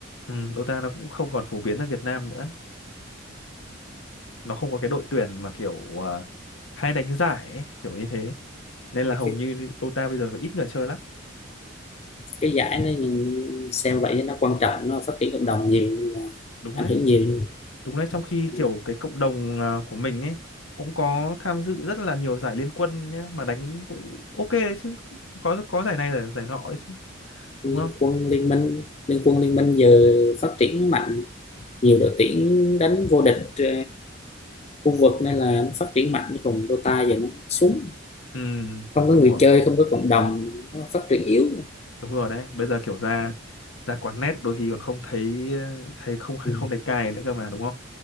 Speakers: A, on the left (about 80°); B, on the left (about 30°).
A: Ừ, Dota nó cũng không còn phổ biến ở Việt Nam nữa. Nó không có cái đội tuyển mà kiểu ờ, hay đánh giải ấy, kiểu như thế. Nên là
B: cái
A: hầu
B: cái,
A: như Dota bây giờ ít người chơi lắm.
B: cái giải nó nhìn- xem vậy nó quan trọng nó phát triển cộng đồng nhiều nên là
A: Đúng
B: ảnh
A: đấy.
B: hưởng nhiều nên
A: Đúng đấy, trong khi
B: Ừ.
A: kiểu cái cộng đồng à, của mình ấy cũng có tham dự rất là nhiều giải liên quân nhá mà đánh cũng ok đấy chứ. Có có giải này là giải nọ đấy chứ, đúng
B: Liên
A: không?
B: quân Liên minh Liên quân Liên minh giờ phát triển mạnh nhiều đội tuyển đánh vô địch ờ, khu vực nên là nó phát triển mạnh chứ còn Dota giờ nó xuống
A: Ừ,
B: không có
A: đúng
B: người
A: rồi,
B: chơi không có cộng đồng nó phát triển yếu
A: đúng rồi đấy. Bây giờ kiểu ra ra quán net đôi khi còn không thấy thấy không
B: Ừ.
A: không thấy cài nữa cơ mà đúng không?